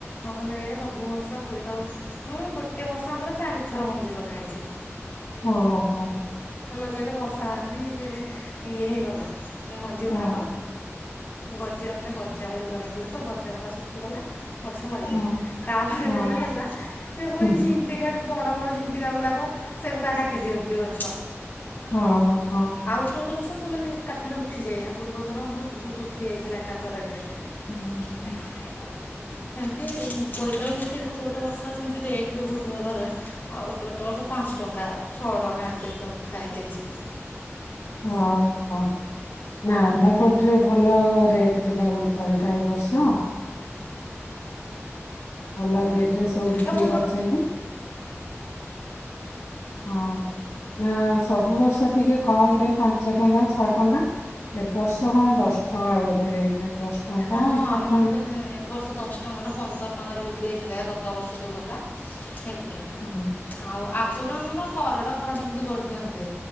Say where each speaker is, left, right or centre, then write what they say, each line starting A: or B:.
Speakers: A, on the left (about 40°); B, on the left (about 75°).
A: ନହେଲେ ସବୁ ବର୍ଷ ବୋଇତାଳୁ ଗୋଟେ ବର୍ଷ ଆମର ଚାରିଥର ମଞ୍ଜି ଲଗାହେଇଛି।
B: ଓହୋ।
A: କିନ୍ତୁ ବର୍ଷା ହେଲାଣିି ଯେ ଇଏ ହେଇଗଲା। ମଞ୍ଜି
B: ହଁ
A: ଗୁଡା ଆଉ ଗଜା ମାନେ ଗଜ ଗଜା କରି ଲଗେଇଥିଲେ ତ ଗଜା ଭଡ଼ା ଶୁଖିଗଲା। ମାଛ ମରିଗଲା।
B: ହଁ।
A: ତାପରେ
B: ହଁ
A: ଯେବେ ହେଲା ସେ ପୁଣି
B: ହୁଁ
A: ଝିଣ୍ଟିକା
B: ହୁଁ
A: ଯେଉଁ ବଡ଼ ବଡ଼ ଝିଣ୍ଟିକା। ଝିଣ୍ଟିକା ଗୁଡାକ ସେଗୁଡା କାଟି ଦିଅନ୍ତି ଗଛ।
B: ହଁ ହଁ
A: ଆଉ ଗୋଟେ ଗୋଟେ ବର୍ଷ ସେମାନେ ଏକାଥରେ ଉଠିଯାଇ ପୂର୍ବଥର ପୁରା ବହୁତ ଉଠିଯାଇଥିଲା ଏକାଥରକରେ।
B: ହୁଁ ହୁଁ।
A: ସେମିତି ବୋଇତାଳୁ ଏମିତି ଗୋଟେ ଗୋଟେ ବର୍ଷା ସେମିତି ରେଟ୍ ବି ବହୁତ ଭଲ ରୁହେ। ଆଉ ଗୋଟେ ବର୍ଷ ପାଞ୍ଚ ଟଙ୍କା ଛଅ ଟଙ୍କା ଏମିତି ସବୁ ଥାଏ। କେଜି
B: ହଁ ହଁ ନା ଆମ ପଟରେ ଭଲ ରେଟ ଥିଲା ବୋଇତାଳୁ ଟା ଏଇ ବର୍ଷ। ଭଲ ରେଟ୍ ରେ ସବୁ ବିକ୍ରି
A: ତା ପୂର୍ବ
B: କରିଛନ୍ତି। ହଁ ନା ସବୁ ବର୍ଷ ଟିକେ କମ ରେ ପାଞ୍ଚ ଟଙ୍କା ଛଅ ଟଙ୍କା ଏ ବର୍ଷ କଣ ଦଶ ଟଙ୍କା ବୋଧେ ହେଇଚି। ଦଶ ଟଙ୍କା
A: ହଁ
B: ଏଗାର
A: ଆମର
B: ଟଙ୍କା।
A: ତ ଏ ବର୍ଷ ଦଶ ଟଙ୍କା ନା ପନ୍ଦର ଟଙ୍କାରେ ବିକ୍ରି ହେଇଥିଲା ଗତ ବର୍ଷ ଯୋଉ ଗଲା। ଥିଲା
B: ହୁଁ।
A: ଆଉ ଆ ଆଗୁରୁ ଆମର ହରଡ ଫରଡ ଏମତି କରିଦିଅନ୍ତି।